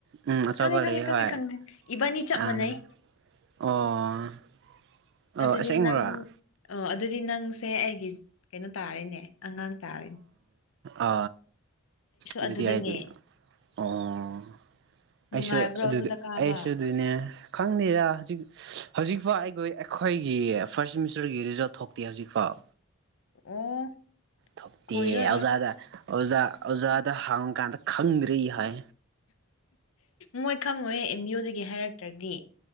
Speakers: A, on the right; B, on the left.
A: ꯎꯝ ꯑꯆꯧꯕ
B: ꯈꯪꯉꯦ ꯈꯪꯉꯦ
A: ꯂꯩ
B: ꯈꯪꯉꯦ
A: ꯍꯣꯏ
B: ꯈꯪꯗꯦ ꯏꯕꯥꯅꯤ ꯆꯞ
A: ꯑꯥ
B: ꯃꯥꯟꯅꯩ
A: ꯑꯣ ꯑꯣ
B: ꯑꯗꯨꯗꯤ
A: ꯑꯁꯦꯡꯕꯔꯥ
B: ꯅꯪ ꯑ ꯑꯗꯨꯗꯤ ꯅꯪꯁꯦ ꯑꯩꯒꯤ ꯀꯩꯅꯣ ꯇꯥꯔꯅꯦ ꯑꯉꯥꯡ ꯇꯥꯔꯅꯦ
A: ꯑ ꯑꯗꯨꯗꯤ
B: ꯑꯗꯨꯗꯅꯦ
A: ꯍꯥꯏꯗꯤ ꯑꯣ
B: <inaudible>
A: ꯑꯩꯁꯨ ꯑꯗꯨꯗꯤ
B: ꯑꯗꯨꯗ ꯀꯥꯕ
A: ꯑꯩꯁꯨ ꯑꯗꯨꯅꯦ ꯈꯪꯗꯦꯗ ꯍꯧꯖꯤꯛ ꯍꯧꯖꯤꯛꯐꯥꯎ ꯑꯩꯈꯣꯏ ꯑꯩꯈꯣꯏꯒꯤ ꯐꯥꯔ꯭ꯁꯠ ꯁꯦꯃꯤꯁꯇꯔꯒꯤ ꯔꯤꯖꯜꯠ ꯊꯣꯛꯇꯦ ꯍꯧꯖꯤꯛꯐꯥꯎ
B: ꯑꯣ
A: ꯊꯣꯛꯇꯦ
B: ꯀꯨꯏꯔꯔꯣꯏ
A: ꯑꯣꯖꯥꯗ ꯑꯣꯖꯥ ꯑꯣꯖꯥꯗ ꯍꯥꯡꯉꯨ ꯀꯥꯟꯗ ꯈꯪꯗ꯭ꯔꯤ ꯍꯥꯏ
B: ꯃꯣꯏ ꯈꯪꯉꯣꯏꯍꯦ ꯑꯦꯝ ꯑꯣꯏꯗꯒꯤ ꯍꯥꯏꯔꯛꯇ꯭ꯔꯗꯤ